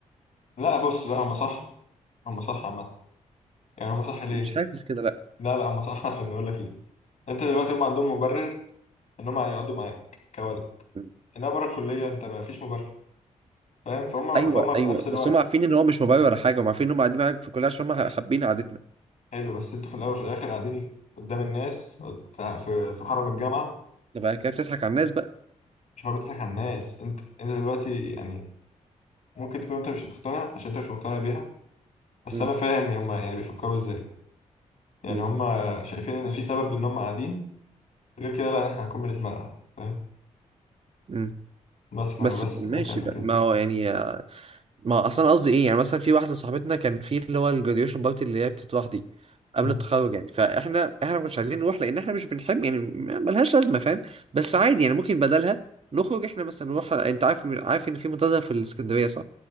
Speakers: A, on the left; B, on the right.
A: لا بص لا هما صح هما صح عامة يعني هما صح ليه
B: مش حاسس كده لا
A: لا لا هما صح <laughs> عشان اقول لك ليه انت دلوقتي هما عندهم مبرر ان هما هيقعدوا معاك كولد
B: مم.
A: انما بره الكلية انت ما فيش مبرر فاهم فهم
B: ايوه
A: فهم في
B: ايوه
A: نفس الوقت
B: بس هم عارفين ان هو مش موبايل ولا حاجه هم عارفين ان هم قاعدين معاك في الكليه عشان هم حابين قعدتنا
A: حلو بس انتوا في الاول وفي الاخر قاعدين قدام الناس في في حرم الجامعة
B: ده بقى كده بتضحك على الناس بقى
A: مش هو بتضحك على الناس انت انت دلوقتي يعني ممكن تكون انت مش مقتنع عشان انت مش مقتنع بيها بس
B: مم.
A: انا فاهم هما يعني بيفكروا ازاي يعني
B: مم.
A: هما شايفين ان في سبب ان هما قاعدين غير كده لا احنا هنكون بنتمرقع فاهم
B: مم.
A: بس فاهم
B: بس
A: بس
B: ماشي
A: ممكن عشان
B: بقى
A: كده
B: ما هو يعني ما هو اصلا قصدي ايه يعني مثلا في واحده صاحبتنا كان في اللي هو الجراديويشن بارتي اللي هي بتتراح دي قبل
A: مم.
B: التخرج يعني فاحنا احنا ما كناش عايزين نروح لان احنا مش بنحب يعني م- ملهاش لازمه فاهم بس عادي يعني ممكن بدلها نخرج احنا مثلا نروح انت عارف عارف ان في منتزه في الاسكندريه صح